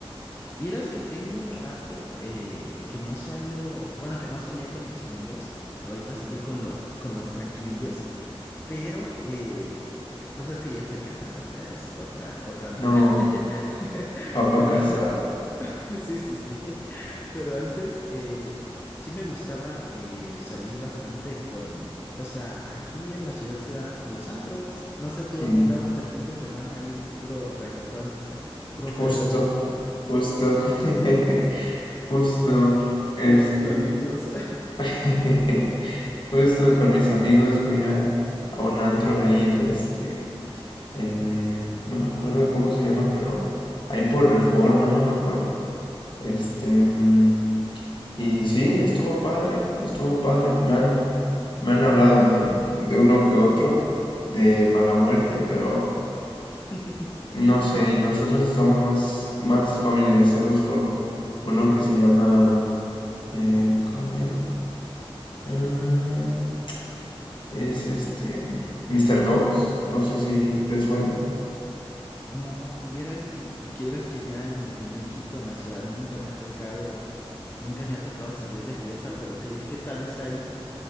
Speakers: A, on the left; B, on the left.
A: Vieras que tengo un rato eh, que no salgo, bueno, que no salía con mis amigos. Ahorita salí con los, con los tranquilillos, pero eh, pues es que ya estoy casado, ya es otra, otra vida.
B: No,
A: <laughs>
B: papa
A: Pero
B: casada.
A: <laughs> <laughs> Sí, sí, sí. <laughs> Pero antes eh, sí me gustaba eh, salir bastante con, pues a- aquí en la ciudad se da pues, los antros. No sé tú
B: Sí,
A: dónde andabas el fin de semana ahí, puro reggaetón, puro
B: justo,
A: perreo loco.
B: justo. <laughs> Justo, este,
A: Los prohibidos.
B: <laughs> justo con mis amigos fui a, a un antro ahí en este, en, no me acuerdo cómo se llaman, pero ahí por Reforma, no me acuerdo. Este, mm, y sí, estuvo padre, estuvo padre. Me han, me han hablado de, de uno que otro, de mala muerte, pero
A: <laughs>
B: no sé, nosotros estamos más, más familiarizados con uno que se llama, mm, em, ¿cómo se llama? Am, Es este mm, Dogs, no sé si te suena.
A: No, vieras que, quieras que allá en, en México, en la ciudad, nunca me ha tocado, nunca me ha tocado salir de fiesta, pero ¿qué, qué tal está ahí?